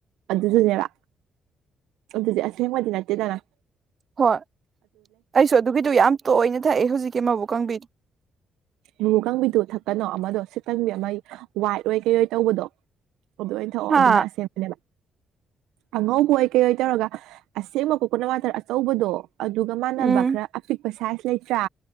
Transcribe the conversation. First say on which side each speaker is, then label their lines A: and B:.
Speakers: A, on the right; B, on the right.
A: ꯑꯗꯨꯖꯨꯅꯦꯕꯥ ꯑꯗꯨꯗꯤ ꯑꯁꯦꯡꯕꯗꯤ ꯅꯠꯇꯦꯗꯅꯥ
B: ꯍꯣꯏ ꯑꯩꯁꯨ ꯑꯗꯨꯒꯤꯗꯨ ꯌꯥꯝ ꯇꯣꯏꯅ ꯊꯛꯑꯦ ꯍꯧꯖꯤꯛꯀꯤ ꯃꯕꯨꯛ ꯀꯪꯕꯤꯗꯨ
A: ꯃꯕꯨꯛ ꯀꯪꯕꯤꯗꯨ ꯊꯛꯀꯅꯣ ꯑꯃꯗꯣ ꯁꯤꯠꯀꯟꯕꯤ ꯑꯃ ꯋꯥꯏꯠ ꯑꯣꯏ ꯀꯩ ꯑꯣꯏ ꯇꯧꯕꯗꯣ ꯑꯗꯨ ꯑꯣꯏꯅ ꯊꯛꯑꯣ
B: ꯍꯥ
A: ꯑꯗꯨꯅ ꯑꯁꯦꯡꯕꯅꯦꯕ ꯑꯉꯧꯕ ꯑꯣꯏ ꯀꯩ ꯑꯣꯏ ꯇꯧꯔꯒ ꯑꯁꯦꯡꯕ ꯀꯣꯀꯣꯅꯠ ꯋꯥꯇꯔ ꯑꯆꯧꯕꯗꯣ ꯑꯗꯨꯒ ꯃꯥꯟꯅꯕ
B: ꯎꯝ
A: ꯈ꯭ꯔ ꯑꯄꯤꯛꯄ ꯁꯥꯏꯖ ꯂꯩꯇ꯭ꯔꯥ